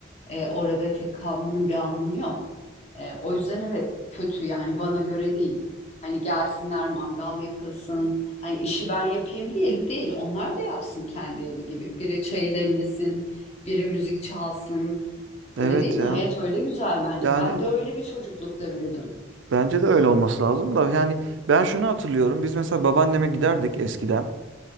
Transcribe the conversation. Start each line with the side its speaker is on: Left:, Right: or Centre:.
Left: E, orada tek kalmanın bir anlamı yok. E, o yüzden evet kötü yani bana göre değil. Hani gelsinler mangal yakılsın. Hani işi ben yapayım değil değil. Onlar da yapsın kendi evi gibi. Biri çayı demlesin, biri müzik çalsın.
Right: Evet
Left: Öyle değil mi?
Right: ya.
Left: Hayat öyle güzel bence.
Right: Yani
Left: Ben de öyle bir çocuklukta büyüdüm.
Right: bence de öyle olması lazım da yani ben şunu hatırlıyorum. Biz mesela babaanneme giderdik eskiden.